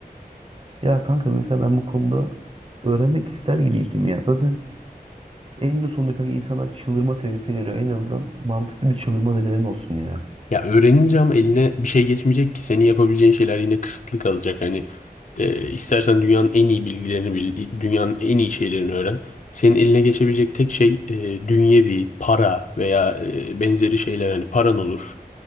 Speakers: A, on the right; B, on the left.
A: ya kanka mesela ben bu konuda öğrenmek ister gibiydim ya. Zaten eninde sonunda kanka insanlar çıldırma seviyesine geliyor. En azından mantıklı bir çıldırma nedeni olsun ya.
B: Ya öğrenince ama eline bir şey geçmeyecek ki. Senin yapabileceğin şeyler yine kısıtlı kalacak. Hani e, istersen dünyanın en iyi bilgilerini bil, dünyanın en iyi şeylerini öğren. Senin eline geçebilecek tek şey e, dünyevi, para veya e, benzeri şeyler. Hani paran olur,